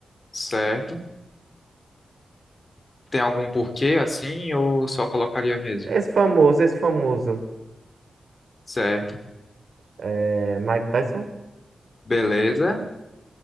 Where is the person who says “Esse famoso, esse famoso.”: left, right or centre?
Right